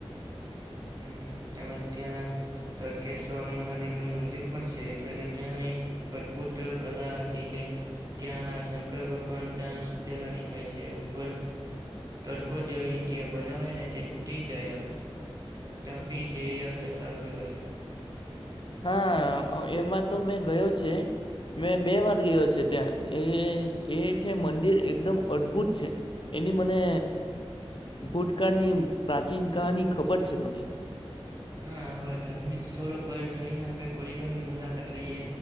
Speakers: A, on the right; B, on the left.
A: હ તેમજ ત્યાં તડકેશ્વર મહાદેવ નું મંદિર પણ છે. એટલે કે ત્યાં એક અદભુત કલા હતી કે ત્યાં શંકર ભગવાન ત્યાં સુતેલા દેખાય છે ઉપર તડકો જે ત્યા બનાવે ને તે તૂટી જ જાય આમ. ત્યાં પી જઈ આવે તો સારું કહેવાય.
B: હા એમાં તો મેં ગયો છે. મેં બે વાર ગયો છે, ત્યાં એ એ છે મંદિર એકદમ અદભુત છે એની મને ભૂતકાળની પ્રાચીન કહાની ખબર છે મને.
A: હા હવે ધાર્મિક સ્થળો પર જઈને આપણે થોડી ઘણી મુલાકાત લઈએ